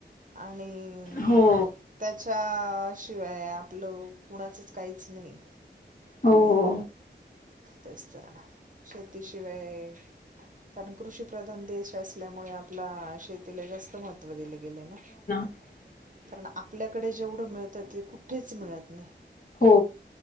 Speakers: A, on the right (about 45°); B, on the left (about 45°).
A: आणि
B: हो
A: त्याच्या शिवाय आपलं कुणाचच काहीच नाही
B: हो हो
A: तेच तर ना शेतीशिवाय कारण कृषीप्रधान देश असल्यामुळे आपला शेतीला जास्त महत्त्व दिले गेले ना
B: <unintelligible>
A: कारण आपल्याकडे जेवढं मिळतं ते कुठेच मिळत नाही
B: हो